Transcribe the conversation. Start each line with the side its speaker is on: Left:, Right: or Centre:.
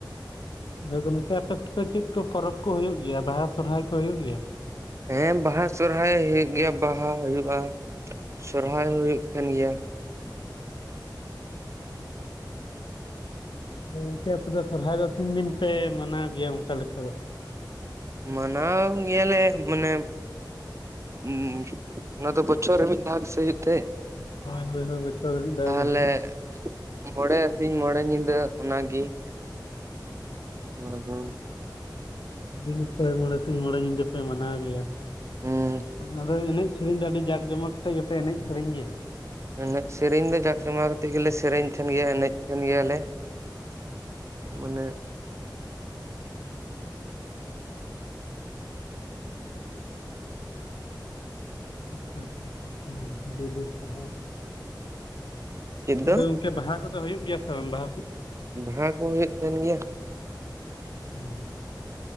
Left: ᱞᱟᱹᱭ ᱫᱟᱞᱤᱧ ᱜᱚᱝᱠᱮ ᱟᱯᱮ ᱥᱮᱫ ᱫᱚ ᱪᱮᱫ ᱠᱚ ᱯᱚᱨᱚᱵᱽ ᱠᱚ ᱦᱩᱭᱩᱜ ᱜᱮᱭᱟ ᱵᱟᱦᱟ ᱥᱚᱨᱚᱦᱟᱭ ᱠᱚ ᱦᱩᱭᱩᱜ ᱜᱮᱭᱟ?
Right: ᱦᱮᱸ ᱵᱟᱦᱟ ᱥᱚᱨᱦᱟᱭ ᱦᱩᱭᱩᱜ ᱜᱮᱭᱟ ᱵᱟᱦᱟ ᱦᱩᱭᱩᱜᱼᱟ ᱥᱚᱨᱦᱟᱭ ᱦᱩᱭᱩᱜ ᱠᱟᱱ ᱜᱮᱭᱟ
Left: ᱚ ᱜᱚᱝᱠᱮ ᱟᱯᱮ ᱫᱚ ᱥᱚᱨᱦᱟᱭ ᱫᱚ ᱛᱤᱱ ᱫᱤᱱ ᱯᱮ ᱢᱟᱱᱟᱣ ᱜᱮᱭᱟ ᱚᱱᱠᱟ ᱞᱮᱠᱟ ᱫᱚ?
Right: ᱢᱟᱱᱟᱣ ᱜᱮᱭᱟ ᱞᱮ ᱢᱟᱱᱮ ᱩᱸᱜ ᱚᱱᱟ ᱫᱚ ᱵᱚᱪᱷᱚᱨ ᱨᱮ ᱢᱤᱫ ᱫᱷᱟᱣ ᱜᱮᱥᱮ ᱦᱩᱭᱩᱜ ᱛᱮ
Left: ᱦᱳᱭ ᱦᱳᱭ ᱦᱳᱭ ᱵᱚᱪᱷᱚᱨ ᱨᱮ ᱢᱤᱫᱷᱟᱣ
Right: ᱛᱟᱦᱚᱞᱮ
Left: ᱜᱮ ᱦᱩᱭᱩᱜᱼᱟ
Right: ᱢᱚᱬᱮ ᱟᱴ ᱥᱤᱧ ᱢᱚᱬᱮ ᱧᱤᱫᱟᱹ ᱚᱱᱟᱜᱮ ᱾ ᱟᱫᱚ
Left: ᱫᱤᱱᱮ ᱯᱨᱟᱭ ᱢᱚᱬᱮ ᱥᱤᱧ ᱢᱚᱬᱮ ᱧᱤᱫᱟᱹ ᱯᱮ ᱢᱟᱱᱟᱣ ᱜᱮᱭᱟ
Right: ᱦᱩᱸ
Left: ᱟᱫᱚ ᱮᱱᱮᱡ ᱥᱮᱨᱮᱧ ᱫᱚ ᱟᱹᱰᱤ ᱡᱟᱠ ᱡᱚᱢᱚᱠ ᱠᱟᱛᱮᱜ ᱜᱮᱯᱮ ᱮᱱᱮᱡ ᱥᱮᱨᱮᱧ ᱜᱮᱭᱟ
Right: ᱮᱱᱮᱡ ᱥᱮᱨᱮᱧ ᱫᱚ ᱡᱟᱠ ᱡᱚᱢᱟᱣ ᱠᱟᱛᱮᱫ ᱜᱮᱞᱮ ᱥᱮᱨᱮᱧ ᱛᱟᱦᱮᱱ ᱜᱮᱭᱟ ᱮᱱᱮᱡ ᱛᱟᱦᱮᱱ ᱜᱮᱭᱟ ᱞᱮ ᱢᱟᱱᱮ
Left: ᱟᱪᱪᱷᱟ ᱟᱪᱪᱷᱟ ᱟᱪᱪᱷᱟ ᱟᱪᱪᱷᱟ ᱟᱹᱰᱤ ᱟᱹᱰᱤ ᱥᱟᱨᱦᱟᱣ।
Right: ᱪᱮᱫ
Left: ᱟᱫᱚ
Right: ᱫᱚ
Left: ᱵᱟᱦᱟ ᱠᱚᱫᱚ ᱦᱳᱭᱳᱜ ᱜᱮᱭᱟ ᱥᱮ ᱵᱟᱝ ᱵᱟᱦᱟ ᱠᱚ?
Right: ᱵᱟᱦᱟ ᱠᱚ ᱦᱩᱭᱩᱜ ᱛᱟᱦᱮᱱ ᱜᱮᱭᱟ
Left: ᱚ